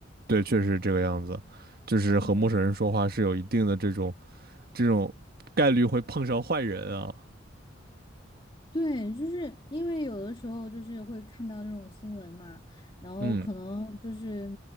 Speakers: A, on the right; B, on the left.
A: 对，确实这个样子，就是和陌生人说话是有一定的这种
B: 嗯。
A: 这种概率会碰上坏人啊。
B: 对，就是因为有的时候就是会看到这种新闻嘛，然后可能就是
A: 嗯